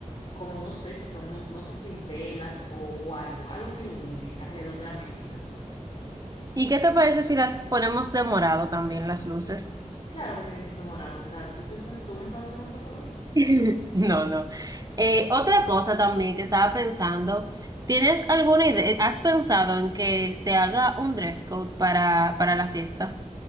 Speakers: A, on the left; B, on the right.
A: como no sé si son, no sé si velas o, o algo, algo que ilumine alrededor de la piscina.
B: ¿Y qué te parece si las ponemos de morado también las luces?
A: Claro que tienen que ser morado, o sea, tú pensas, tú pensabas en otro color.
B: <laughs> No, no. Eh, otra cosa también que estaba pensando, ¿tienes alguna idea? ¿Has pensado en que se haga un dress code para, para la fiesta?